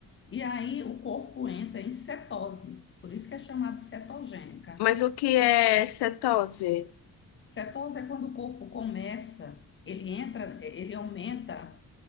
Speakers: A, on the left; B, on the left.
A: E aí, o corpo entra em cetose. Por isso que é chamada cetogênica.
B: Mas o que é cetose?
A: Cetose é quando o corpo começa, ele entra, ele aumenta